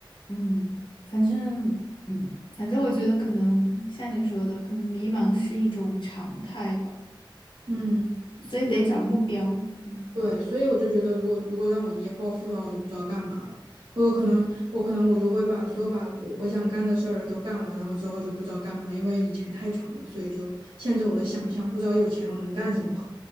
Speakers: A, on the left; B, on the right.
A: 嗯，反正嗯，反正我觉得可能像你说的，可能迷茫是一种常态吧。
B: 嗯，
A: 嗯，所以得找目标。
B: 对。
A: 嗯
B: 对，所以我就觉得，如果如果让我一夜暴富的话，我就不知道干嘛了。我有可能，
A: 嗯
B: 我可能我就会把所有把我我想干的事儿都干完，然后之后就不知道干嘛，因为以前太穷了，所以就限制我的想象，不知道有钱我能干什么。